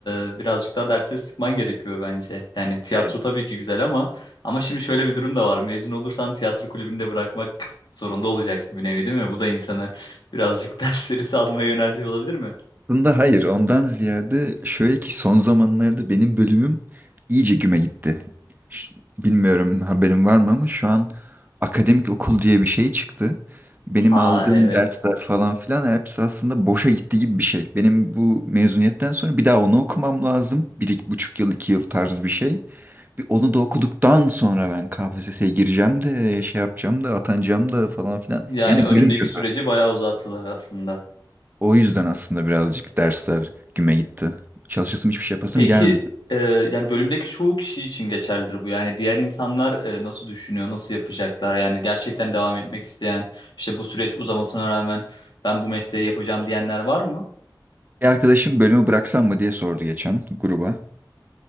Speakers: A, on the left; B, on the right.
A: e, birazcık daha dersleri sıkman gerekiyor bence. Yani tiyatro
B: Yani
A: tabii ki güzel ama ama şimdi şöyle bir durum da var. Mezun olursan tiyatro kulübünde bırakmak zorunda olacaksın bir nevi değil mi? Bu da insanı birazcık <laughs> dersleri salmaya yöneltiyor olabilir mi?
B: Aslında hayır ondan ziyade şöyle ki son zamanlarda benim bölümüm iyice güme gitti. Ş- Bilmiyorum haberin var mı ama şu an akademik okul diye bir şey çıktı. Benim
A: Ha
B: aldığım
A: evet.
B: dersler falan filan hepsi aslında boşa gitti gibi bir şey. Benim bu mezuniyetten sonra bir daha onu okumam lazım. Bir iki buçuk yıl iki yıl tarzı bir şey. Bir Onu da okuduktan sonra ben KPSS'ye gireceğim de şey yapacağım da atanacağım da falan filan.
A: Yani
B: Yani
A: önündeki
B: bölüm kötü.
A: süreci bayağı uzattılar aslında.
B: O yüzden aslında birazcık dersler güme gitti. Çalışasım hiçbir şey yapasım
A: Peki
B: gelmiyor.
A: e, yani bölümdeki çoğu kişi için geçerlidir bu. Yani diğer insanlar e, nasıl düşünüyor, nasıl yapacaklar? Yani gerçekten devam etmek isteyen, işte bu süreç uzamasına rağmen ben bu mesleği yapacağım diyenler var mı?
B: Bir arkadaşım bölümü bıraksam mı diye sordu geçen gruba.